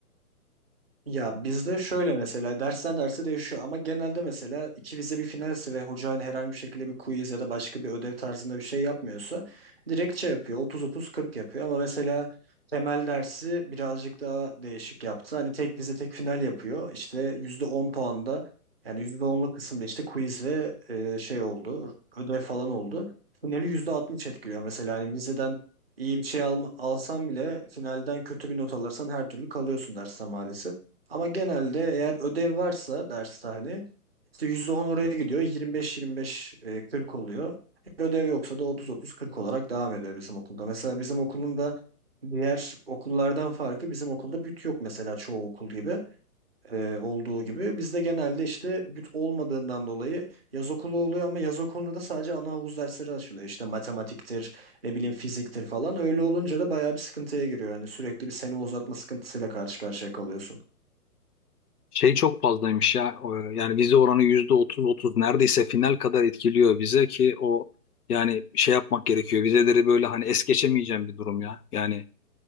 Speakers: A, in the centre; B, on the left (about 70°).
A: Ya bizde şöyle mesela dersten derse değişiyor ama genelde mesela iki vize bir finalse ve hoca hani herhangi bir şekilde bir quiz ya da başka bir ödev tarzında bir şey yapmıyorsa direkt şey yapıyor otuz 30 40 yapıyor ama mesela temel dersi birazcık daha değişik yaptı. Hani tek vize tek final yapıyor işte %10 puanda yani %10'luk kısımda işte quiz ve e, şey oldu ödev falan oldu. Finali %60 etkiliyor mesela hani vizeden iyi bir şey alma, alsan bile finalden kötü bir not alırsan her türlü kalıyorsun dersten maalesef. Ama genelde eğer ödev varsa derste hani işte %10 oraya gidiyor. 25-25 e, 40 oluyor. Eğer ödev yoksa da otuz otuz 40 olarak devam ediyor bizim okulda. Mesela bizim okulun da diğer okullardan farkı bizim okulda büt yok mesela çoğu okul gibi e, olduğu gibi. Bizde genelde işte büt olmadığından dolayı yaz okulu oluyor ama yaz okulunda da sadece ana havuz dersleri açılıyor. İşte matematiktir, ne bileyim fiziktir falan. Öyle olunca da bayağı bir sıkıntıya giriyor. Yani sürekli bir sene uzatma sıkıntısıyla karşı karşıya kalıyorsun.
B: Şey çok fazlaymış ya. o, Yani vize oranı yüzde otuz otuz neredeyse final kadar etkiliyor vize ki o yani şey yapmak gerekiyor. Vizeleri böyle hani es geçemeyeceğim bir durum ya. Yani